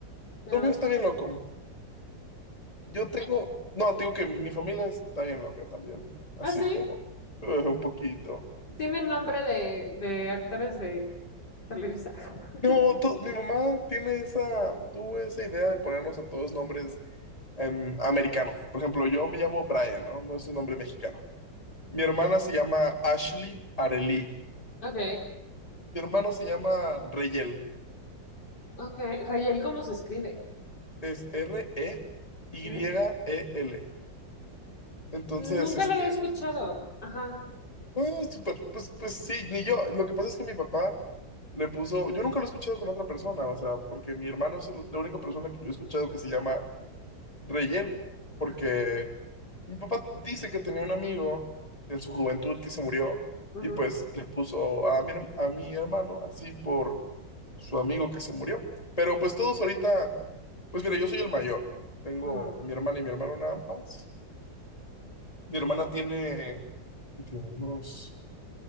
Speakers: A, on the left (about 65°); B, on the left (about 20°).
A: Pero,
B: Lo mío está bien loco. Yo tengo, no, te digo que mi familia está bien loca también. Así
A: ah, sí,
B: como, eh, un poquito.
A: tiene nombre de, de actores de Televisa. <laughs>
B: No, tú- mi mamá tiene esa, tuvo esa idea de ponernos a todos nombres em, americanos. Por ejemplo, yo me llamo Brian, ¿no? No es un nombre mexicano. Mi hermana se llama Ashley Arely.
A: Ok,
B: Mi hermano se llama Reyel.
A: ok. Rayel, ¿cómo se escribe?
B: Es R-E-Y-E-L.
A: R.
B: Entonces,
A: Nunca
B: este,
A: lo había escuchado. Ajá.
B: ah, súper, pues, pues sí, ni yo. Lo que pasa es que mi papá le puso, yo nunca lo he escuchado con otra persona, o sea, porque mi hermano es el- la única persona que yo he escuchado que se llama Reyel, porque
A: Ajá.
B: mi papá dice que tenía un amigo en su juventud que se murió
A: Ajá.
B: y pues le puso a mi, her- a mi hermano así por su amigo que se murió. Pero pues todos ahorita, pues mira, yo soy el mayor. Tengo
A: Ajá.
B: a mi hermana y mi hermano nada más. Mi hermana tiene, ¿qué tiene? Unos